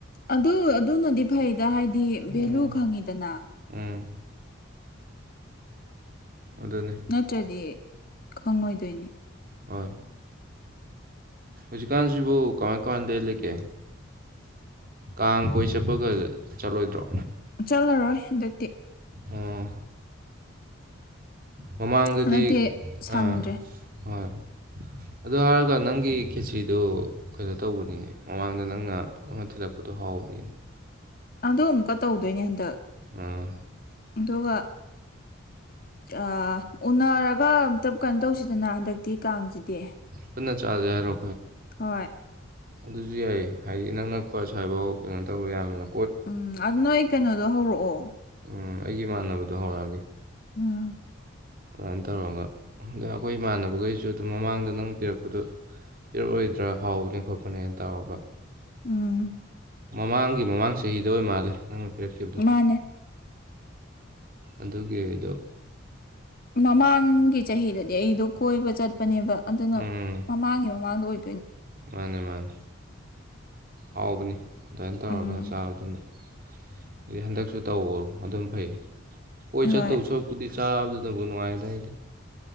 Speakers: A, on the left; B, on the right.
A: ꯑꯗꯨ ꯑꯗꯨꯃꯗꯤ ꯐꯩꯗꯅ ꯍꯥꯏꯗꯤ ꯚꯦꯂꯨ
B: ꯎꯝ
A: ꯈꯪꯉꯤꯗꯅ
B: ꯎꯝ ꯑꯗꯨꯅꯤ
A: ꯅꯠꯇ꯭ꯔꯗꯤ ꯈꯪꯉꯣꯏꯗꯣꯏꯅꯤ
B: ꯍꯣꯏ ꯍꯧꯖꯤꯛꯀꯥꯟꯁꯤꯕꯨ ꯀꯃꯥꯏ ꯀꯃꯥꯏ ꯂꯦꯜꯂꯤꯒꯦ ꯀꯥꯡ ꯀꯣꯏ ꯆꯠꯄꯒ ꯆꯠꯂꯣꯏꯗ꯭ꯔꯣ
A: ꯆꯠꯂꯔꯣꯏ ꯍꯟꯗꯛꯇꯤ
B: ꯑꯣ ꯃꯃꯥꯡꯗꯗꯤ
A: ꯍꯟꯗꯛꯇꯤ ꯁꯪꯗ꯭ꯔꯦ
B: ꯑꯥ ꯍꯣꯏ ꯑꯗꯨ ꯍꯥꯏꯔꯒ ꯅꯪꯒꯤ ꯈꯦꯆ꯭ꯔꯤꯗꯨ ꯀꯩꯅꯣ ꯇꯧꯕꯅꯤꯅꯦ ꯃꯃꯥꯡꯗ ꯅꯪꯅ ꯑꯃ ꯊꯤꯜꯂꯛꯄꯗꯣ ꯍꯥꯎꯋ ꯍꯥꯎꯕꯅꯤ
A: ꯑꯗꯨ ꯑꯃꯨꯛꯀ ꯇꯧꯗꯣꯏꯅꯦ ꯍꯟꯗꯛ
B: ꯎꯝ
A: ꯑꯗꯨꯒ ꯑꯥ ꯎꯅꯔꯒ ꯑꯝꯇꯞ ꯀꯩꯅꯣ ꯇꯧꯁꯤꯗꯅ ꯍꯟꯗꯛꯇꯤ ꯀꯥꯡꯁꯤꯗꯤ
B: ꯄꯨꯟꯅ ꯆꯥꯁꯦ ꯍꯥꯏꯔꯣ
A: ꯍꯣꯏ
B: ꯑꯗꯨꯁꯨ ꯌꯥꯏꯑ ꯍꯥꯏꯗꯤ ꯏꯅꯛ ꯅꯛꯄ ꯁ꯭ꯋꯥꯏꯐꯥꯎ ꯀꯩꯅꯣ ꯇꯧꯕ ꯌꯥꯕꯃꯤꯅ
A: ꯎꯝ ꯑꯗꯨ ꯅꯣꯏ ꯀꯩꯅꯣꯗꯣ ꯍꯧꯔꯛꯑꯣ
B: ꯎꯝ, ꯑꯩꯒꯤ ꯏꯃꯥꯟꯅꯕꯗꯣ ꯍꯧꯔꯛꯑꯒꯦ
A: ꯎꯝ
B: ꯑꯗꯨꯃꯥꯏꯅ ꯇꯧꯔꯒ ꯑꯗ ꯑꯩꯈꯣꯏ ꯏꯃꯥꯟꯅꯕꯈꯩꯁꯨ ꯑꯗꯨꯝ ꯃꯃꯥꯡꯗ ꯅꯪ ꯄꯤꯔꯛꯄꯗꯨ ꯄꯤꯔꯛꯑꯣꯏꯗ꯭ꯔꯥ ꯍꯥꯎꯕꯅꯦ ꯈꯣꯠꯄꯅꯦꯅ ꯇꯧꯔꯒ
A: ꯎꯝ
B: ꯃꯃꯥꯡꯒꯤ ꯃꯃꯥꯡ ꯆꯍꯤꯗ ꯑꯣꯏ ꯃꯥꯜꯂꯦ ꯅꯪꯅ ꯄꯤꯔꯠꯈꯤꯕꯗꯣ
A: ꯃꯥꯅꯦ
B: ꯑꯗꯨꯒꯤ ꯑꯩꯗꯣ
A: ꯃꯃꯥꯡꯒꯤ ꯆꯍꯤꯗꯗꯤ ꯑꯩꯗꯣ ꯀꯣꯏꯕ ꯆꯠꯄꯅꯦꯕ ꯑꯗꯨꯅ
B: ꯎꯝ
A: ꯃꯃꯥꯡꯒꯤ ꯃꯃꯥꯡꯗ ꯑꯣꯏ
B: ꯃꯥꯅꯦ ꯃꯥꯅꯦ ꯍꯥꯎꯕꯅꯤ ꯑꯗꯨꯃꯥꯏꯅ ꯇꯧꯔꯒ
A: ꯎꯝ
B: ꯆꯥꯕꯗꯨꯅ ꯍꯥꯏꯗꯤ ꯍꯟꯗꯛꯁꯨ ꯇꯧꯋꯣ ꯑꯗꯨꯝ ꯐꯩ ꯀꯣꯏ
A: ꯍꯣꯏ
B: ꯆꯠꯇꯧ ꯁꯔꯨꯛꯄꯨꯗꯤ ꯆꯥꯕꯗꯨ ꯑꯗꯨꯕꯨ ꯅꯨꯉꯥꯏꯗ ꯑꯩꯗꯤ